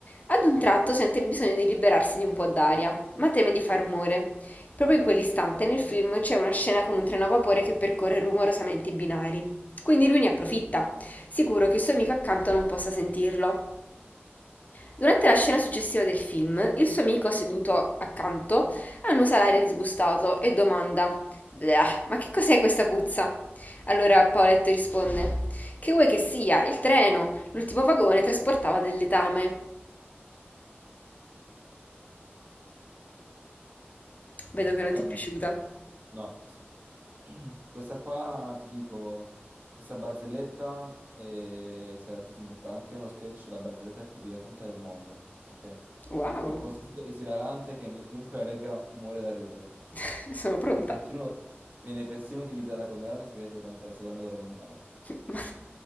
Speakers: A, on the left (about 40°); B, on the right (about 40°).
A: Ad un tratto sente il bisogno di liberarsi di un po' d'aria, ma teme di far rumore. Proprio in quell'istante nel film c'è una scena con un treno a vapore che percorre rumorosamente i binari. Quindi lui ne approfitta, sicuro che il suo amico accanto non possa sentirlo. Durante la scena successiva del film, il suo amico seduto accanto annusa l'aria disgustato e domanda: "Bleah, ma che cos'è questa puzza?" Allora Paoletto risponde: "Che vuoi che sia? Il treno, l'ultimo vagone trasportava del letame." Vedo che
B: tocca
A: non ti
B: a me.
A: è piaciuta.
B: No. <clears throat> Questa qua ti dico, questa barzelletta eh, si è rappresentata anche nello sketch, la barzelletta più divertente del mondo, ok?
A: Wow,
B: È così esilarante che ne- chiunque la legga muore da ridere.
A: <laughs> sono
B: E
A: pronta.
B: viene persino, viene persino utilizzata come arma segreta durante la seconda guerra mondiale.
A: <laughs> Madonna,